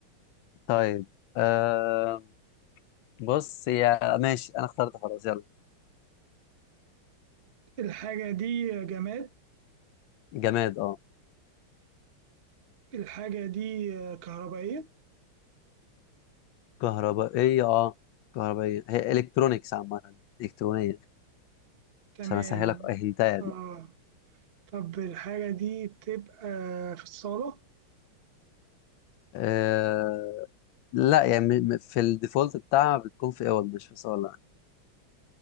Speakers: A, on the left (about 70°); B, on the right (about 35°).
A: طيب آه... بص يا ماشي أنا اخترت خلاص يلا
B: الحاجة دي جماد
A: جماد أه
B: الحاجة دي كهربائية
A: كهربائية أه كهربائية هي إلكترونيكس عامة إلكترونية
B: تمام
A: عشان أسهلك أهنتايا
B: اه طب الحاجة دي بتبقى في الصالة
A: آه لا يعني م- م- في الديفولت بتاعها بتكون في اول مش في صالة يعني.